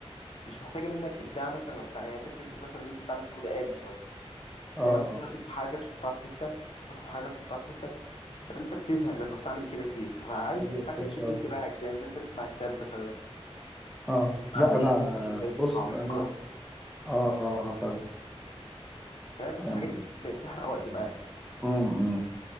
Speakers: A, on the left; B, in the centre.
A: مش محتاجه منك ابداع مثلا وبتاع هي فكره مثلا ان انت بتعمل شغل آلي شويه
B: اه
A: اللي هو مثلا بتاخد
B: اه
A: حاجه تحطها في حته بتاخد حاجه تحطها في حته فانت بتزهق لما بتعمل كده كتير فعايز
B: ايوه
A: حاجه
B: فهمت
A: تشد
B: قصدك
A: انتباهك زي ان انت تسمع كتاب مثلا
B: اه
A: تسمع
B: لا
A: اغنيه
B: انا
A: مثلا كلماتها
B: بص
A: عميقه
B: انا اه اه اه فعلا
A: فاهم
B: آه.
A: في الحاجات دي بت- بتحرق وقت معاك
B: مم، مم.